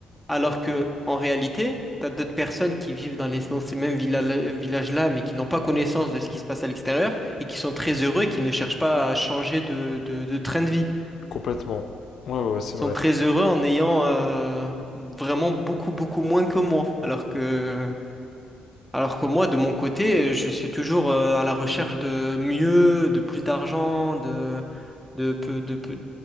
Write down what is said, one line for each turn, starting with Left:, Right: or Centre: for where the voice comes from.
Centre: Alors que, en réalité, t'as d'autres personnes qui vivent dans, les, dans ces mêmes villa- villages-là, mais qui n'ont pas connaissance de ce qui se passe à l'extérieur et qui sont très heureux et qui ne cherchent pas à changer de, de, de train de vie.
Left: complètement. Ouais, ouais, ouais, c'est
Centre: Ils
Left: vrai.
Centre: sont très heureux en ayant euh, vraiment beaucoup, beaucoup moins que moi. Alors que, alors que moi, de mon côté, je suis toujours euh, à la recherche de mieux, de plus d'argent, de, de, peu- de, peu-